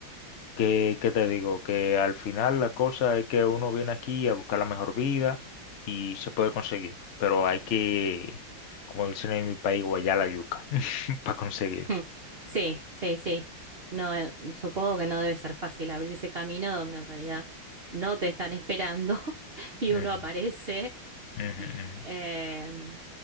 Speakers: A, on the left (about 85°); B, on the right (about 45°).
A: que, ¿qué te digo? Que al final la cosa es que uno viene aquí a buscar la mejor vida y se puede conseguir, pero hay que, como dicen en mi país, guayar la yuca <laughs> para conseguir.
B: <laughs> Sí, sí, sí. No, eh, supongo que no debe ser fácil abrirse camino donde en realidad no te están esperando <laughs> y
A: Ujú,
B: uno aparece.
A: ujú, ujú.
B: Em,